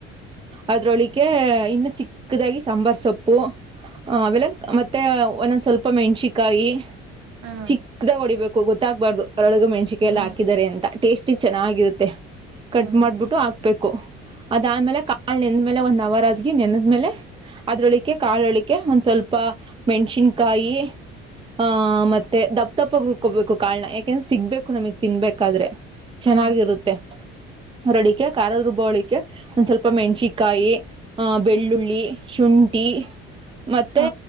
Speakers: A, on the right (about 20°); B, on the right (about 65°).
A: ಅದ್ರೊಳಿಕ ಇನ್ನು ಚಿಕ್ಕದಾಗಿ ಸಾಂಬಾರ್ ಸೊಪ್ಪು ಆ ಅವೆಲ್ಲ ಮೆ ಮತ್ತೆ ಒಂದೊಂದ ಸ್ವಲ್ಪ ಮೆಣ್ಸಿಕಾಯಿ
B: ಆ
A: ಚಿ ಅದರಾಗ ಹೊಡಿಬೇಕು ಗೊತ್ತಾಗ್ಬಾರ್ದು ಅದರೊಳಗ ಮೆಣಸಿಕೆ
B: ಆ
A: ಎಲ್ಲ ಹಾಕಿದಿದ್ದಾರೆ ಅಂತ ಟೇಸ್ಟಿಗೆ ಚೆನ್ನಾಗಿರುತ್ತೆ ಕಟ್
B: ಆ
A: ಮಾಡ್ಬಿಟ್ಟು ಹಾಕ್ಬೇಕು ಅದಾದ್ಮೇಲೆ ಕಾಳ ನೆಂದ್ಮೇಲೆ ಒನ್ ಅವರ್ ಆದ ನೆನ್ದ್ಮೇಲೆ ಅದ್ರೊಳಿಕ ಕಾಳೊಳಕ್ಕೆ ಒಂದ್ ಸ್ವಲ್ಪ ಮೆಣಸಿನ್ಕಾಯಿ ಆ ಮತ್ತೆ ದಪ್ಪ ತಪ್ಪಗ್ ರುಕೋಬೇಕು ಕಾನ ಯಾಕೆಂದ್ರ ಸಿಗ್ಬೇಕು ನಮಗ್ ತಿನ್ಬೇಕಾದ್ರೆ ಚೆನ್ನಾಗಿರುತ್ತೆ
B: ಆ
A: ರಡಿಕ ಖಾರದರುಬ್ಬಳಿಕೆ ಒಂದ್ ಸ್ವಲ್ಪ ಪಪ್ಪ ಮೆಣಸಿಕಾಯಿ ಆ್ ಬೆಳ್ಳುಳ್ಳಿ
B: ಹ್ಮ್
A: ಶುಂಠಿ ಮತ್ತೆ
B: ಹಾ